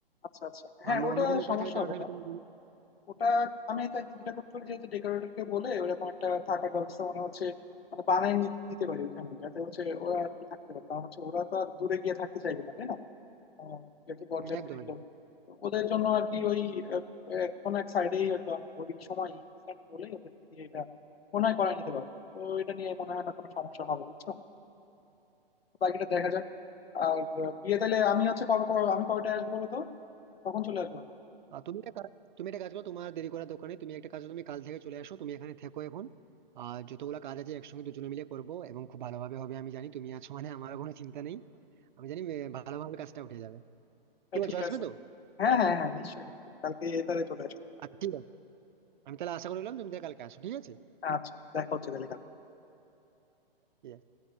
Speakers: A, on the left (about 80°); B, on the right (about 55°).
A: আচ্ছা আচ্ছা হ্যাঁ
B: আর
A: ওটা
B: অন্য কোনো উপায়
A: সমস্যা
B: থাকে জানা
A: হবে
B: থাকলে
A: না
B: তুমি
A: ওটা আমি তাকে যেটা করতে পারি যেহেতু ডেকোরেটর কে বলে ওরকম একটা থাকার ব্যবস্থা মানে হচ্ছে মানে বানায় নি- দিতে পারি ওইখানে যাতে হচ্ছে ওরা আর কি থাকতে পারে কারণ হচ্ছে ওরা তো আর দূরে গিয়ে থাকতে চাইবে না তাই না আহ, যেহেতু বরযাত্রীর
B: একদম একদম।
A: লোক তো ওদের জন্য আর কি ওই আহ, আহ, কোনো এক সাইডেই হয়তো আমি ওই সময় ইনস্ট্যান্ট বলে ওদেরকে দিয়ে এটা মনে হয় করায় নিতে পারবো তো এটা নিয়ে মনে হয় না কোনো সমস্যা হবে বুঝছো বাকিটা দেখা যাক আর আহ, বিয়ে তাহলে আমি হচ্ছে কবে কবে- আমি কবেটা আসবো বলো তো তখন চলে আসবো আমি।
B: আহ, তুমি একটা কাজ- তুমি একটা কাজ করো তোমার দেরি করার দোকানে তুমি একটা কাজ করো, তুমি কাল থেকে চলে আসো তুমি এখানে থেকো এখন আর যতগুলো কাজ আছে একসঙ্গে দুজনে মিলে করবো এবং খুব ভালোভাবে হবে আমি জানি তুমি আছো মানে আমার কোনো চিন্তা নেই আমি জানি এ, ভালোভাবে কাজটা উঠে যাবে
A: হ্যাঁ
B: কি বলছো
A: ঠিক
B: আসবে
A: আছে
B: তো
A: হ্যাঁ হ্যাঁ হ্যাঁ নিশ্চয়ই নিশ্চয়ই কালকে তাহলে চলে আসবো
B: আচ্ছা ঠিক আছে আমি তাহলে আশা করলাম তুমি তাহলে কালকে আসো ঠিক আছে
A: আচ্ছা দেখা হচ্ছে তাহলে
B: ঠিক আছে।